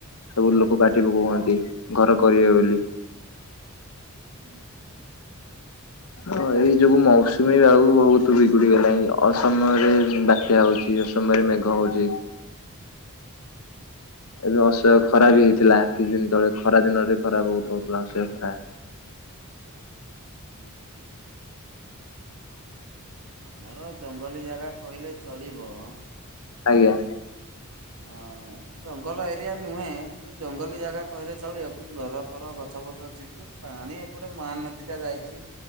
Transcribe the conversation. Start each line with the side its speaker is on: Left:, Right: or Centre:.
Left: ସବୁ ଲୋକ କାଟି ପକଉଛନ୍ତି, ଘର କରିବେ ବୋଲି।
Right: ହୁଁ।
Left: ହଁ ଏଇ ଯୋଗୁ ମୌସୁମୀ ଆଉ <unintelligible> ଗଲାଣି, ଅସମୟରେ ବାତ୍ୟା ହଉଛି। ସମୟରେ ମେଘ ହଉଛି। ଏବେ ଅସହ୍ୟ ଖରା ବି ହେଇଥିଲା କିଛିଦିନ ତଳେ, ଖରା ଦିନରେ ଖରା ବହୁତ ହଉଥିଲା ଅସହ୍ୟ ଖରା।
Right: <inaudible> ଆମର ଜଙ୍ଗଲୀ ଜାଗା କହିଲେ ଚଳିବ।
Left: ଆଜ୍ଞା।
Right: ଅ ଜଙ୍ଗଲ ଏରିଆ ନୁହେଁ, ଜଙ୍ଗଲୀ ଜାଗା କହିଲେ ଚଳିବ, କିନ୍ତୁ ଘର ଫର ଗଛ ଫଛ ଅଛି <inaudible> ପାଣି ଏପଟେ ମହାନଦୀ ଟା ଯାଇଚି।